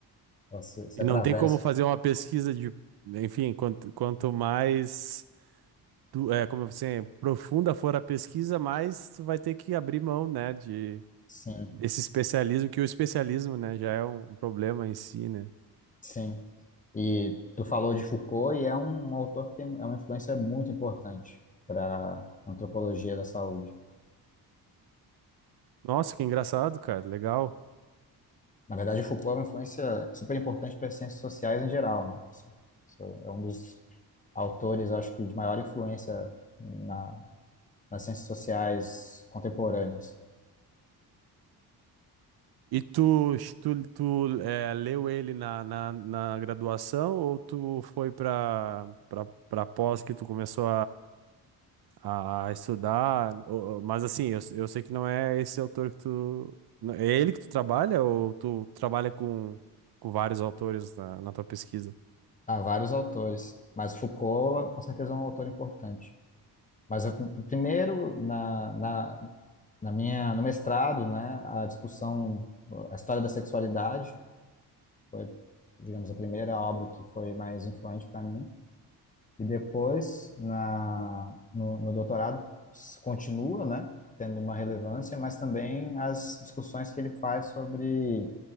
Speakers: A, on the left; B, on the right.
A: Elas se, se
B: E
A: atravessam.
B: não tem como fazer uma pesquisa de, enfim, quanto, quanto mais du- é, como assim, profunda for a pesquisa, mais tu vai ter que abrir mão, né, de
A: Sim,
B: desse especialismo, que o especialismo, né, já é um problema em si, né?
A: sim. E tu falou de Foucault e é um, um autor que tem, é uma influência muito importante para a antropologia da saúde.
B: Nossa, que engraçado, cara, legal.
A: Na verdade, o Foucault é uma influência super importante para as ciências sociais em geral, né? Assim, isso é um dos autores, acho que, de maior influência na, nas ciências sociais contemporâneas.
B: E tu, tu, tu é, leu ele na, na, na graduação ou tu foi para para pós que tu começou a, a estudar, o- o- mas assim, eu, eu sei que não é esse autor que tu. não- É ele que tu trabalha ou tu trabalha com, com vários autores na, na tua pesquisa?
A: Há vários autores, mas Foucault, com certeza, é um autor importante. Mas eu, primeiro, na, na, na minha, no mestrado, né, a discussão, a história da sexualidade foi, digamos, a primeira obra que foi mais influente para mim. E depois, na, no, no doutorado, s- continua, né, tendo uma relevância, mas também as discussões que ele faz sobre